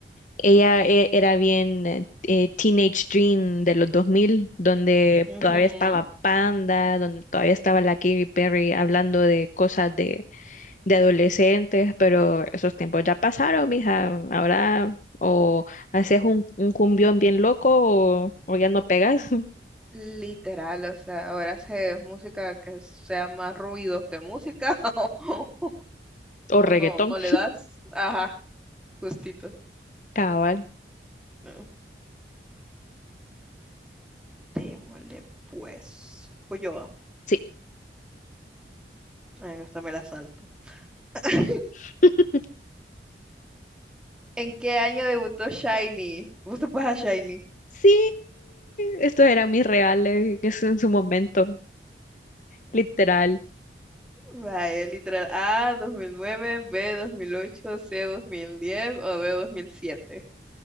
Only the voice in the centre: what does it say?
ujú,
Literal, o sea, ahora hace música que sea más ruido que música <laughs>
o no, no le das, ajá, justito.
No. Démosle pues, voy yo.
Ay, no, esta me la salto. <laughs>
¿En qué año debutó Shiny? ¿Vos te pones a Shiny?
Vaya, literal. A, 2009, B, 2008, C, 2010 o D, 2007.